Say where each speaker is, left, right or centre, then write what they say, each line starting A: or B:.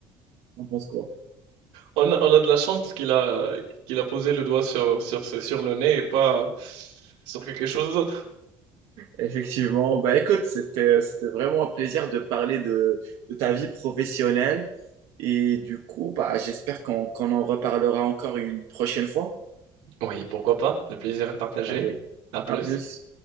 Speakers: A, on the right; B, on the right.
A: T'en penses quoi?
B: On a, on a de la chance qu'il a, qu'il a posé le doigt sur, sur, ce- sur le nez et pas sur quelque chose d'autre.
A: Effectivement, bah écoute, c'était euh, c'était vraiment un plaisir de parler de, de ta vie professionnelle et du coup, bah j'espère qu'on qu'on en reparlera encore une prochaine fois.
B: Oui, pourquoi pas? Le plaisir est partagé.
A: Allez,
B: À plus.
A: à plus.